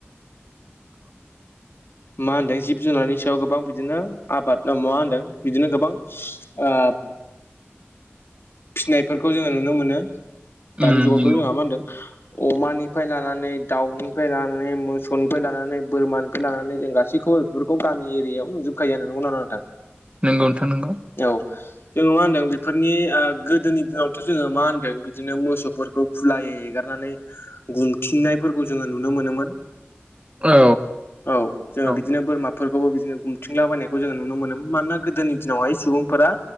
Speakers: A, on the right; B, on the left.
A: <unintelligible> <inaudible>
B: मा होनदों जिब जुनारनि सायाव गोबां बिदिनो आबाद माबा होन्दों बिदिनो गोबां। ओ फिसिनायफोरखौ जोङो नुनो मोनो
A: उम
B: दानि जुगावथ'
A: नंगौ
B: जोंहा मा होनदों। अमानिफ्राय लानानै दाउनिफ्राय लानानै मोसौनिफ्राय लानानै बोरमानिफ्राय लानानै जों गासैखौबो। बेफोरखौ गामि एरियायाव नुजोबखायो नोंगौ ना, नङा नोंथां।
A: नोंगौथां नोंगौ।
B: औ जोङो मा होनदों बेफोरनि। गोदोनि दिनावथ' जोङो मा होनदों बिदिनो मोसौफोरखौ खुलायै एगारनानै। गुमथिंनायफोरखौ जोङो नुनो मोनोमोन।
A: औ
B: औ जोङो
A: औ
B: बिदिनो बोरमा। फोरखौबो बिदिनो गुमथिंला बनायखौ जोङो नुनो मोनोमोन मानोना गोदोनि दिनावहाय सुबुंफोरा।